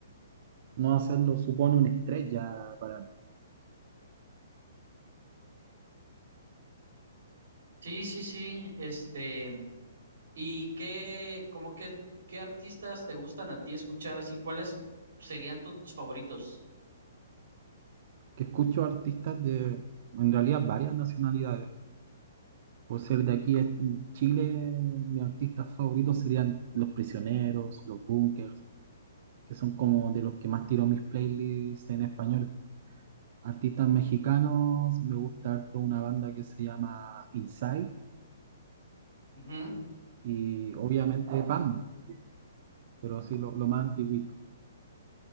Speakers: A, on the right (about 35°); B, on the right (about 60°).
A: no hacerlo supone un estrés ya para mí.
B: Sí, sí, sí. Este, ¿y qué, como qué qué artistas te gustan a ti escuchar así? ¿Cuáles serían tus favoritos?
A: Que escucho artistas de, en realidad, varias nacionalidades Por ser de aquí a Chile, mis artistas favoritos serían Los Prisioneros, Los Bunkers, que son como de los que más tiro mis playlists en español. Artistas mexicanos, me gusta harto una banda que se llama Inside
B: Ujú.
A: y obviamente Panda, que- pero así lo, lo más antiguito.